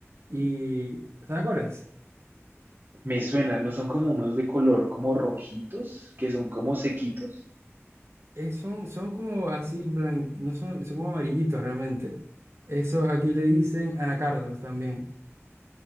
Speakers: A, on the right; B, on the right.
A: y ¿sabes cuál es?
B: Me suena, ¿no son como unos de color como rojitos, que son como sequitos?
A: Eh, son, son como así blancos, no son, son como amarillitos realmente. Eso aquí le dicen anacardos también.